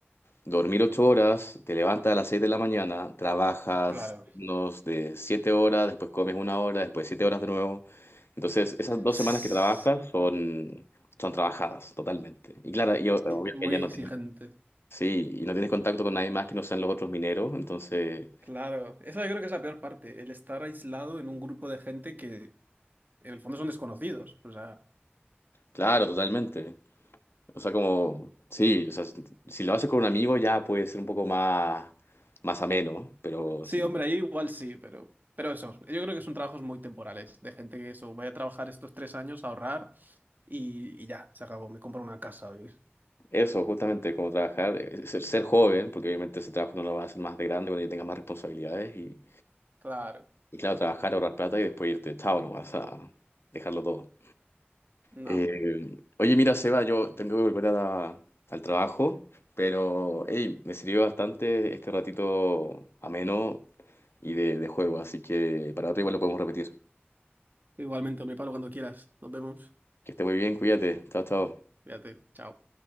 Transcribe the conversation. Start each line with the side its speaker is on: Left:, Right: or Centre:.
Left: dormir 8 horas, te levantas a las 6 de la mañana, trabajas
Right: claro. <laughs>
Left: unos de 7 horas, después comes una hora, después 7 horas de nuevo. Entonces, esas dos
Right: Sí,
Left: semanas que trabajas son, son trabajadas totalmente. Y claro, yo, obvio
Right: muy
Left: que ya no
Right: exigente.
Left: tienes, sí, y no tienes contacto con nadie más que no sean los otros mineros, entonces,
Right: Claro, esa yo creo que es la peor parte, el estar aislado en un grupo de gente que en el fondo son desconocidos. O sea,
Left: claro, totalmente. O sea, como, sí, o sea, si si lo haces con un amigo ya puede ser un poco más, más ameno, ¿no? pero
Right: sí,
Left: si
Right: hombre, ahí igual sí, pero, pero eso, yo creo que son trabajos muy temporales, de gente que eso, voy a trabajar estos tres años, ahorrar y, y ya, se acabó, me compro una casa. oye.
Left: eso, justamente, como trabajar, eh, ser, ser joven, porque obviamente ese trabajo no lo vas a hacer más de grande cuando ya tengas más responsabilidades, y,
Right: Claro,
Left: y claro, trabajar, ahorrar plata y después irte, chao nomás, a dejarlo todo.
Right: no,
Left: Eh,
Right: hombre.
Left: oye, mira, Seba, yo tengo que volver a la- al trabajo, pero hey, me sirvió bastante este ratito ameno y de, de juego, así que para otra igual lo podemos repetir.
Right: Igualmente, hombre, Pablo, cuando quieras, nos vemos.
Left: Que esté muy bien, cuídate. Chao, chao.
Right: Fíjate, chao.